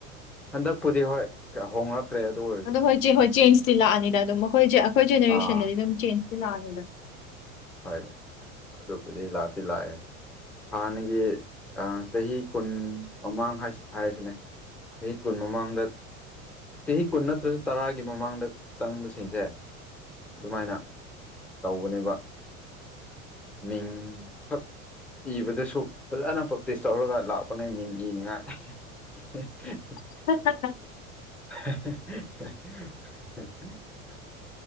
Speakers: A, in the centre; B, on the left.
A: ꯍꯟꯗꯛꯄꯨꯗꯤ ꯍꯣꯏ ꯍꯣꯡꯂꯛ ꯐꯦꯗꯣ
B: ꯑꯗꯣ ꯍꯣꯏ ꯆꯦꯟ ꯍꯣꯏ ꯆꯦꯟꯖꯇꯤ ꯂꯥꯛꯑꯅꯤꯅ ꯑꯗꯨꯝ ꯑꯩꯈꯣꯏ ꯑꯩꯈꯣꯏ ꯖꯦꯅꯦꯔꯦꯁꯟꯗꯗꯤ
A: ꯑꯥ
B: ꯑꯗꯨꯝ ꯆꯦꯟꯖꯇꯤ ꯂꯥꯛꯑꯅꯤꯗ
A: ꯍꯣꯗꯥ ꯑꯗꯨꯕꯨꯗꯤ ꯂꯥꯛꯇꯤ ꯂꯥꯛꯑꯦ ꯍꯥꯟꯅꯒꯤ ꯑꯥ ꯆꯍꯤ ꯀꯨꯟ ꯃꯃꯥꯡ ꯍꯥꯏꯔꯤꯁꯤꯅꯦ ꯆꯍꯤ ꯀꯨꯟ ꯃꯃꯥꯡꯗ ꯆꯍꯤ ꯀꯨꯟ ꯅꯠꯇ꯭ꯔꯁꯨ ꯇꯔꯥꯒꯤ ꯃꯃꯥꯡꯗ ꯆꯪꯕꯁꯤꯡꯁꯦ ꯑꯗꯨꯃꯥꯏꯅ ꯇꯧꯕꯅꯦꯕ ꯃꯤꯡꯈꯛ ꯏꯕꯗꯁꯨ ꯐꯖꯅ ꯄ꯭ꯔꯦꯛꯇꯤꯁ ꯇꯧꯔꯒ ꯂꯥꯛꯄꯅ‌ꯦ ꯃꯤꯡ ꯏꯅꯤꯉꯥꯏ <unintelligible>
B: <unintelligible>
A: <unintelligible>